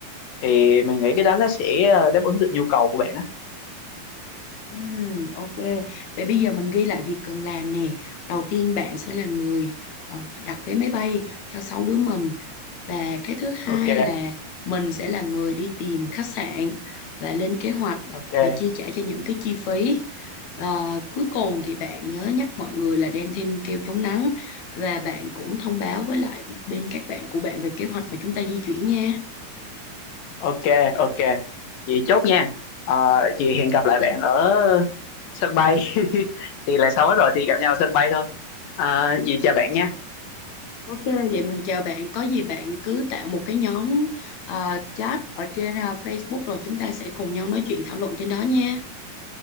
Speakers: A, on the left (about 75°); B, on the left (about 60°).
A: thì mình nghĩ cái đó nó sẽ ờ, đáp ứng được nhu cầu của bạn á
B: Ừm, ok. Vậy bây giờ mình ghi lại việc cần làm nè. Đầu tiên bạn sẽ là người ờ, đặt vé máy bay cho sáu đứa mình Và cái thứ hai
A: Ok
B: là mình sẽ là người đi tìm khách sạn và lên kế hoạch
A: ok
B: và chi trả cho những cái chi phí. Ờ, cuối cùng thì bạn nhớ nhắc mọi người là đem thêm kem chống nắng và bạn cũng thông báo với lại bên các bạn của bạn về kế hoạch mà chúng ta di chuyển nha.
A: ok ok vậy chốt nha Ờ, vậy hẹn gặp lại bạn ở sân bay <laughs> thì là xong hết rồi thì gặp nhau ở sân bay thôi à, vậy chào bạn nha
B: Ok, vậy mình chào bạn. Có gì bạn cứ tạo một cái nhóm ờ, chat ở trên ờ, Facebook rồi chúng ta sẽ cùng nhau nói chuyện thảo luận trên đó nha.